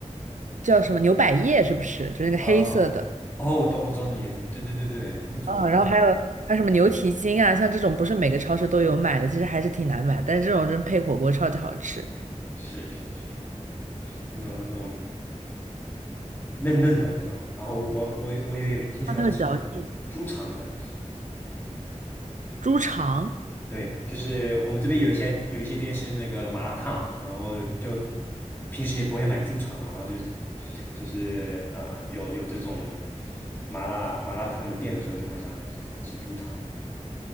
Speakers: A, on the right; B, on the left.
A: 叫什么牛百叶，是不是？就是那个黑色的。
B: 啊，哦，我懂，我知道你意思，对对对对，那种
A: 嗯，然后还有还有什么牛蹄筋啊，像这种不是每个超市都有买的，其实还是挺难买，但是这种真配火锅超级好吃。
B: 是是是那种那种嫩嫩的那种，然后我我我也挺喜欢吃
A: 它很有嚼劲。
B: 猪肠的，
A: 猪肠，
B: 对，就是我们这边有一些有一些店是那个麻辣烫，然后就平时也不会买猪肠嘛，然后就是就是呃有有这种麻辣麻辣烫的店的时候，就会想想吃猪肠。